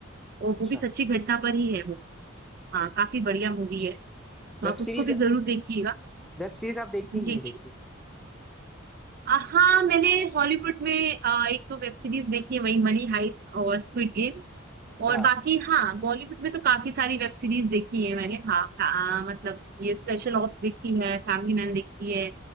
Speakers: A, on the right; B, in the centre.
A: वो
B: अच्छा
A: वो भी सच्ची घटना पर ही है वो हाँ काफी बढ़िया मूवी है तो
B: Web
A: आप उसको
B: series
A: भी जरूर देखिएगा
B: वेब सीरीज आप देखती हैं
A: जी
B: कि नहीं देखती
A: जी अ, हाँ मैंने हॉलीवुड में अ, एक तो वेब सीरीज देखी है वही मनी हाइस्ट और स्क्विड गेम
B: अच्छा
A: और बाकी हाँ बॉलीवुड में तो काफी सारी वेब सीरीज देखी है मैंने हाँ आ, मतलब ये स्पेशल ऑप्स देखी है फैमिली मैन देखी है